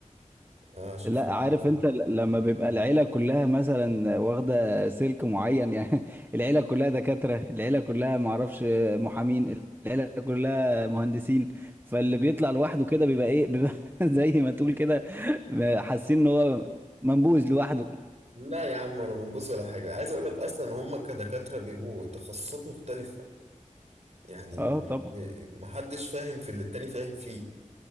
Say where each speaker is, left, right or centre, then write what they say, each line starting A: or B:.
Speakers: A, on the right; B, on the right.
A: آه، عشان
B: لا
A: خاطر
B: عارف انت ل- لما بيبقى العيلة كلها مثلا واخدة سلك معين يعني <laughs> العيلة كلها دكاترة العيلة كلها معرفش محامين العيلة كلها مهندسين فاللي بيطلع لوحده كده بيبقى ايه بيبقى <laughs> زي ما تقول كده حاسين ان هو منبوذ لوحده
A: لا يا عم ولا منبوس ولا حاجة عايز أقول لك أصلا هم كدكاترة بيبقوا تخصصات مختلفة يعني
B: <laughs> اه
A: م-
B: طبعا
A: محدش فاهم في اللي التاني فاهم فيه